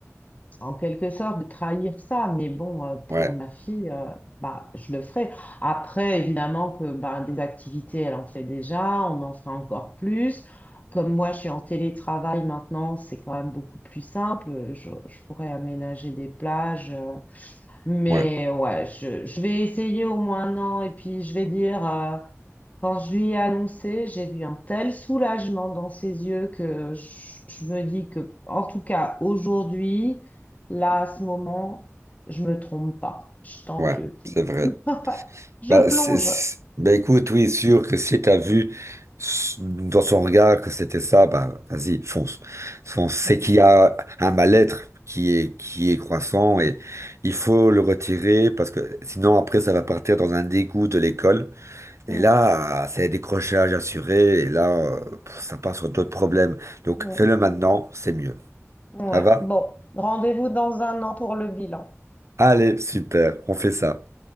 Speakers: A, on the left; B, on the right.
A: en quelque sorte, de trahir ça. Mais bon, euh,
B: Ouais,
A: pour ma fille, euh, bah, je le ferai. Après, évidemment que bah, des activités, elle en fait déjà, on en fera encore plus. Comme moi, je suis en télétravail maintenant, c'est quand même beaucoup plus simple. Je, je pourrais aménager des plages. euh, mais
B: ouais,
A: ouais, je, je vais essayer au moins un an et puis je vais dire, euh, quand je lui ai annoncé, j'ai vu un tel soulagement dans ses yeux que je, je me dis que, en tout cas, aujourd'hui, là, à ce moment, je me trompe pas. Je tente
B: ouais,
A: le coup.
B: c'est vrai.
A: <laughs> Je
B: Bah,
A: plonge.
B: c'est- c'est- bah, écoute, oui, sûr que si t'as vu s- dans son regard que c'était ça, bah vas-y, fonce. Fonce. C'est
A: Mm,
B: qu'il y a un mal-être qui est, qui est croissant et il faut le retirer parce que sinon après ça va partir dans un dégoût de l'école.
A: mm,
B: Et là, c'est décrochage assuré et là, euh, pff, ça part sur d'autres problèmes. Donc
A: mm,
B: fais-le maintenant, c'est mieux.
A: mm, ouais.
B: Ça va?
A: Bon, rendez-vous dans un an pour le bilan.
B: Allez, super, on fait ça.